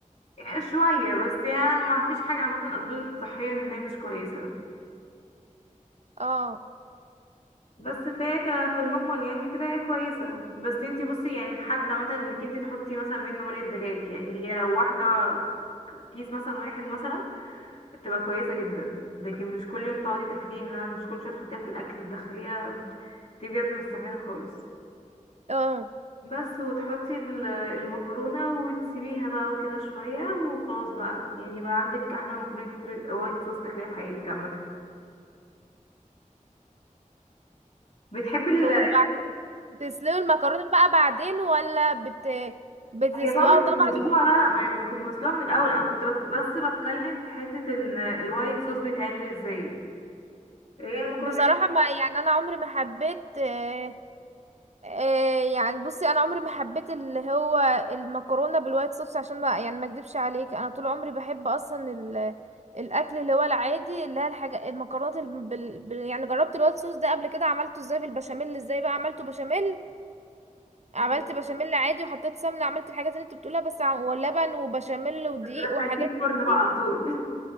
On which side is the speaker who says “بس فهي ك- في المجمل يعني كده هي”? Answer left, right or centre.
Left